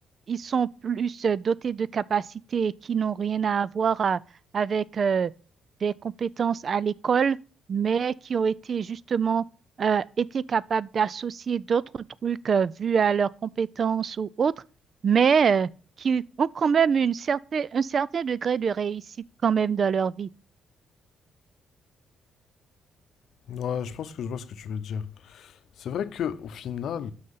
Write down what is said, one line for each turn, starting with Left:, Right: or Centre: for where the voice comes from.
Right: ils sont plus euh, dotés de capacités qui n'ont rien à voir à- avec euh, des compétences à l'école, mais qui ont été justement euh, été capables d'associer d'autres trucs euh, vus à leurs compétences ou autres, mais euh, qui ont quand même une certaine, un certain degré de réussite quand même dans leur vie.
Left: Ouais, je pense que je vois ce que tu veux dire. C'est vrai que au final,